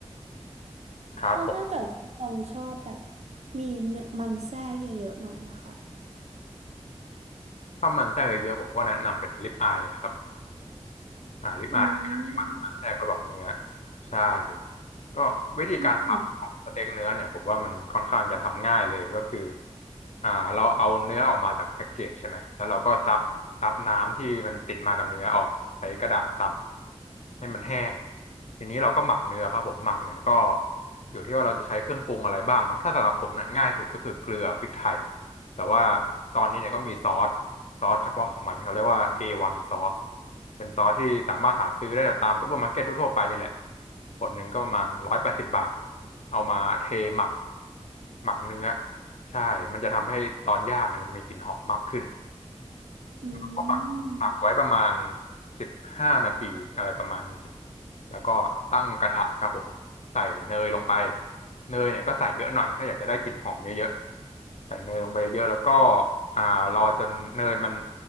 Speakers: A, on the left; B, on the right.
A: ครับผม
B: แล้วถ้าเกิดว่าตองชอบแบบมีเนื้อมันแทรกเยอะๆหน่อยอะค่ะ
A: ถ้ามันแทรกเยอะๆผมก็แนะนำเป็นลิปอายเลยนะครับ อ่าริบอายมันจะมีมันมันแทรกระหว่างเนื้อ
B: อืม
A: ใช่ก็วิธีการทำของสเต็กเนื้อเนี่ยผมว่ามันค่อนข้างจะทำง่ายเลยก็คือ
B: น่าสน
A: อ่าเราเอาเนื้อออกมาจากแพ็กเกจใช่ไหมแล้วเราก็ซับซับน้ำที่มันติดมากับเนื้อออกใช้กระดาษซับให้มันแห้งทีนี้เราก็หมักเนื้อครับผมหมักเนี่ยก็อยู่ที่ว่าเราจะใช้เครื่องปรุงอะไรบ้างเนาะถ้าสำหรับผมเนี่ยง่ายสุดก็คือเกลือพริกไทย แต่ว่าตอนนี้เนี่ยก็มีซอสซอสเฉพาะของมันที่เขาเรียกว่า A1 ซอสเป็นซอสที่สามารถหาซื้อได้จากตามซุปเปอร์มาร์เก็ตทั่วๆไปนี่แหละขวดหนึ่งก็ประมาณร้อยแปดสิบบาทเอามาเทหมักหมักเนื้อใช่มันจะทำให้ตอนย่างเนี่ยมันจะมีกลิ่นหอมมากขึ้น
B: อื
A: ก็ปักปักไว้ประมาณ
B: ม
A: สิบห้านาทีอะไรประมาณนี้แล้วก็ตั้งกระทะครับผมใส่เนยลงไปเนยเนี่ยก็ใส่เยอะหน่อยถ้าอยากจะได้กลิ่นหอมเยอะๆใส่เนยลงไปเยอะแล้วก็อ่ารอจนเนยมัน